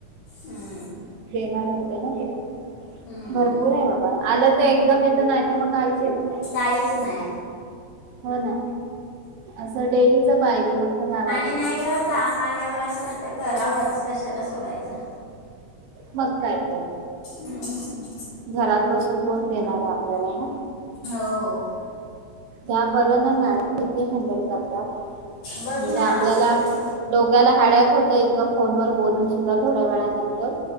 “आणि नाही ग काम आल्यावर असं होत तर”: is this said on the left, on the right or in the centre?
Left